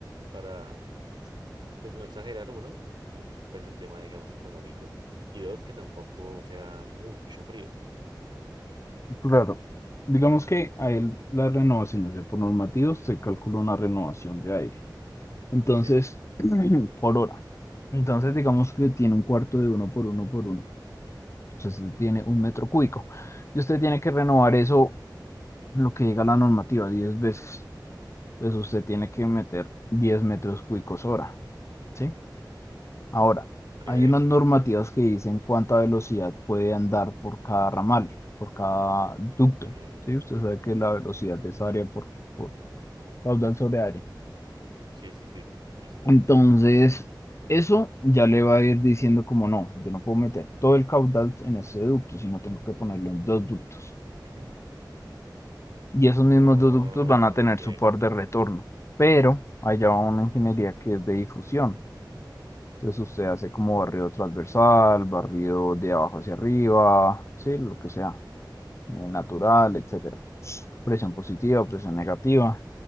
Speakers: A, on the right; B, on the left.
A: para, pues no exagerar uno, y pues en el tema, digamos, económico, y dos, que tampoco sea mucho frío?
B: Claro. Digamos que a él las renovaciones de por normativos se calcula una renovación de aire. Entonces,
A: Sí.
B: <clears throat> por hora. Entonces, digamos que tiene un cuarto de uno por uno por uno. Entonces tiene un metro cúbico. Y usted tiene que renovar eso, lo que llega a la normativa, 10 veces. Entonces usted tiene que meter 10 metros cúbicos hora, ¿sí? Ahora,
A: Ok.
B: hay unas normativas que dicen cuánta velocidad puede andar por cada ramal, por cada ducto,
A: Mm,
B: ¿sí? Usted sabe que la velocidad es área por, por caudal sobre área.
A: sí, sí, sí. Listo,
B: Entonces,
A: listo.
B: eso ya le va a ir diciendo como no, yo no puedo meter todo el caudal en ese ducto, sino tengo que ponerlo en dos ductos.
A: <clears throat>
B: y esos mismos
A: Ah,
B: ductos van a tener
A: Ok.
B: su par de retorno, pero allá va una ingeniería que es de difusión. Entonces usted hace como barrido transversal, barrido de abajo hacia arriba, sí, lo que sea, eh, natural, etcétera. Presión positiva, presión negativa.